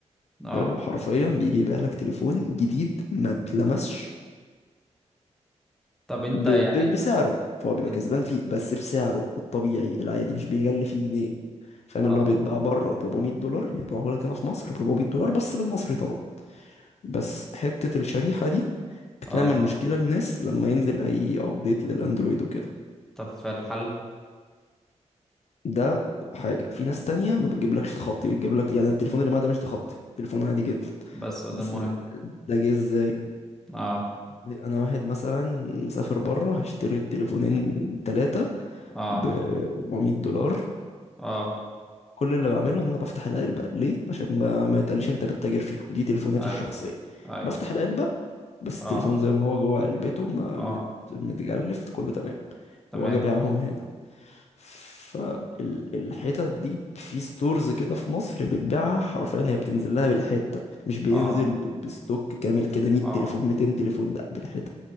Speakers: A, in the centre; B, on the left.
A: اه
B: حلو حرفيا بيجي يبيع لك تليفون جديد ما اتلمسش
A: طب انت
B: ب...
A: يعني
B: ب...
A: انت
B: بسعره فهو بيبقى
A: ان-
B: كسبان فيه بس بسعره الطبيعي العادي مش بيغلي فيه جنيه فاهم
A: اه
B: اللي هو بيتباع بره ب 400 دولار يبيعه لك هنا في مصر ب 400 دولار بس بالمصري طبعا بس حتة الشريحة دي بتعمل
A: اه
B: مشكلة للناس لما ينزل اي ابديت للاندرويد وكده
A: طب في الحل
B: ده حاجة في ناس تانية ما بتجيبلكش تخطي بتجيبلك يعني التليفون اللي معاه ده مش تخطي تليفون عادي جدا
A: بس وده
B: بس
A: المهم
B: ده, ده جه ازاي
A: اه
B: انا واحد مثلا مسافر بره هشتري التليفونين تلاتة
A: اه
B: ب 400 دولار
A: اه
B: كل اللي بعمله ان انا بفتح العلبه ليه عشان ما, ما يتقاليش انت بتتاجر فيهم دي تليفوناتي
A: اي
B: الشخصيه
A: اي
B: بفتح العلبه بس
A: اه
B: التليفون زي ما هو جوه علبته ما
A: اه
B: مت... متجلف كله تمام
A: تمام
B: واجي ابيعهم هنا فالحتت دي في ستورز كده في مصر بتبيعها حرفيا هي بتنزل لها بالحته مش بينزل
A: اه
B: ب- بستوك كامل كده 100
A: اه
B: تليفون 200 تليفون لا بالحته